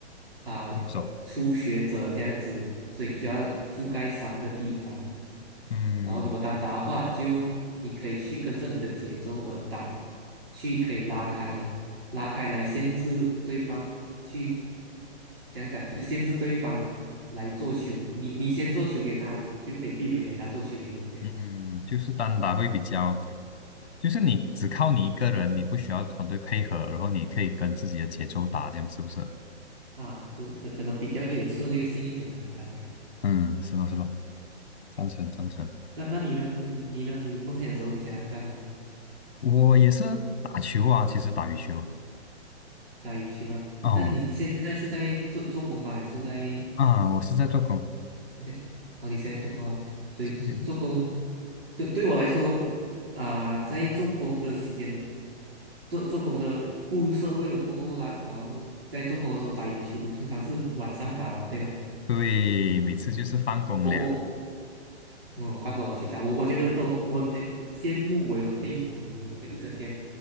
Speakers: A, on the right; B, on the left.
A: 啊、
B: 对手。
A: 初学者这样子，所以你就要覆盖三个地方。
B: 嗯。
A: 然后如果单打的话，就你可以去跟着你的节奏而打，去可以拉开拉开来限制对方，去讲讲就限制对方来做球，你你先做球给他，就可以避免他做球给你这样子
B: 嗯，就是单打会比较，就是你只靠你一个人，你不需要团队配合，然后你可以跟自己的节奏打，这样是不是？
A: 啊，是可可能比较有策略性一点的单打。
B: 嗯，是咯是咯，赞成赞成。
A: 那那你呢？你你呢？你空闲的时候你想想看嘛，
B: 我也是打球啊，其实打羽球。
A: 打羽球啊？
B: 哦
A: 那你现在是在做做工吗？还是在？
B: 啊，我是在做工。
A: 对，哦，你现在做工啊？所以做工
B: 这个
A: 对对我来说啊、在做工的时间，做做工的步入社会了过后啦，然后在做工的时候打羽球，通常是晚上打吧，对吗？
B: 对，每次就是放工了。
A: 我我嗯，我放过我去打，我我觉得都我很佩羡慕，我也很佩服你们，你们可以一整天